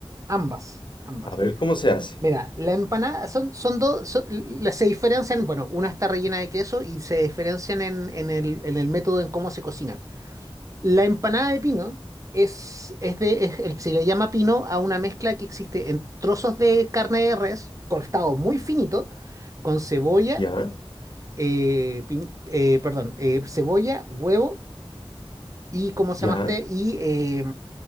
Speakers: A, on the right; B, on the left.
A: Ambas, ambas.
B: A ver cómo se hace.
A: Mira, la empanada son, son dos, son- las se diferencian, bueno, una está rellena de queso y se diferencian en, en el, en el método en cómo se cocinan. La empanada de pino es, es de, es el- se le llama pino a una mezcla que existe en trozos de carne de res, cortado muy finito, con cebolla
B: ¿Ya?
A: eh, pim- eh, perdón, eh, cebolla, huevo y, ¿cómo se
B: ¿Ya?
A: llamaste? Y eh,